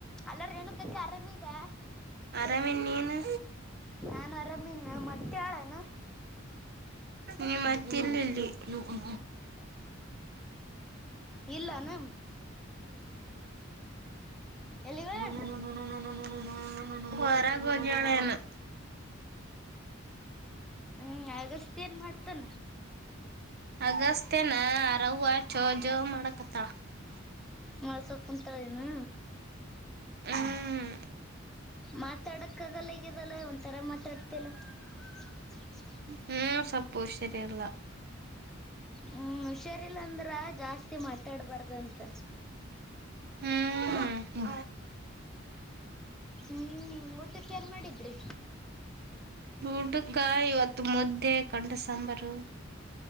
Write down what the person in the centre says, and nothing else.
ಅಲ್ಲ ರೇಣುಕಕ್ಕೆ ಆರಾಮ ಇದೆ
ನಾನು ಆರಾಮಿಲ ನಮತ್ತೆದಳೇನು
ಇಲ್ಲನ ಎಲ್ಲಿಗ
ಹೇಳ
ಹ್ಮ್ ಅಗಸ್ತಿ ಏನ್ ಮಾಡ್ತಾನ
ನಲ್ಸ ಕುಂತಳನು ಏನೋ
ಮಾತಾಡಕ್ಕ ಆಗಲ್ಲ ಹಗದಲ್ಲ ಒಥರ ಮಾತಾಡ್ತಿಲ್ಲ ಹ <unintelligible>
ಹ್ಮ ಹುಷಾರಲ ಅಂದ್ರ ಜಾಸ್ತಿ ಮಾತಾಡ್ಬಾರ್ದಂತ
ಹ್ಞೂ ಊಟಕ್ಕೆ ಏನು ಮಾಡಿದ್ರಿ